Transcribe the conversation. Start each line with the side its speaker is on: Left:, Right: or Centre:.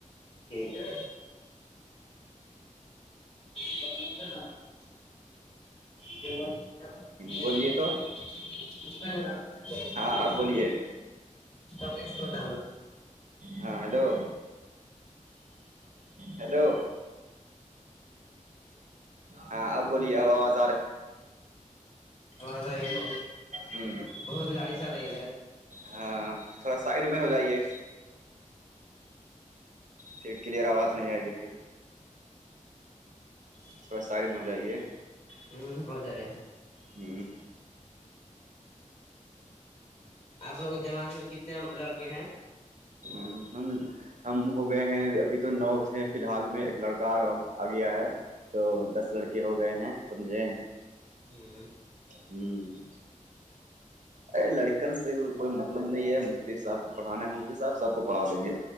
Left: ٹھیک ہے <unintelligible> کیول <unintelligible>
Right: بولیے تو ہاں آپ بولیے
Left: سبس ل
Right: ہاں ہلو ہیلو ہاں اب بولیے آاز
Left: آازے ب
Right: ہوں
Left: بہت گاڑی چل رہی ہے
Right: ہاں تھوڑا سائڈ میں ہو جائیے پھر کلیئر آواز نہیں آئے گی پھر
Left: جی
Right: صبح سائڈ میں ہو جائیے
Left: ہوں ہو ج رہ
Right: ہوں
Left: آپ لوگ جماع میں کتنے لڑکے ہیں
Right: ہ ہم ہم ہو گئے ہیں ابھی تو نو تھ ہیں فی الحال میں ایک لڑکا آ گیا ہے تو دس لڑکے ہو گئے ہیں سمجھے
Left: ہوں
Right: ہوں ارے لڑکن سے کوئی مطلب نہیں ہے مصطیف صاحب کو پڑھانا ہے مفتیی صاحب صاحب کو پڑھ لیں گے